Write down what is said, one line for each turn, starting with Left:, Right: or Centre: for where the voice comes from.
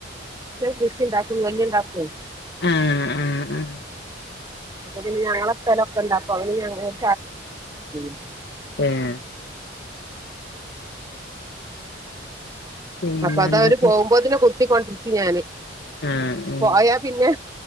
Right: കൃഷി ഇണ്ടാക്കും നെല്ല്ണ്ടാക്കെയ്.
Left: ആഹ് ആഹ് ആഹ്
Right: അപ്പൊ പിന്ന ഞങ്ങള സ്ഥലൊക്കെ ഉണ്ട് അപ്പ അവന് <unintelligible>
Left: ഏഹ് പിന്നെ
Right: അപ്പൊ അത്
Left: എന്തൊക്കെ
Right: അവര് പോകുമ്പോഴ്തിന് കുത്തിക്കൊണ്ടിരിക്കും ഞാന്
Left: ആഹ് ആഹ്
Right: പോയാ പിന്നെ